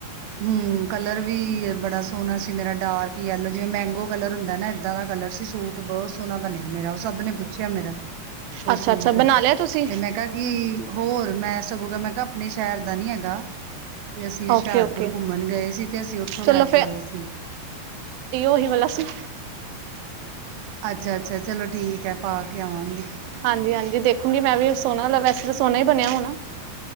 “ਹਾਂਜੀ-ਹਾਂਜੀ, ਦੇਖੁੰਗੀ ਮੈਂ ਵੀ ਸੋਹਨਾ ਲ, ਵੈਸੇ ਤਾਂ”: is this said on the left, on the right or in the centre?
Right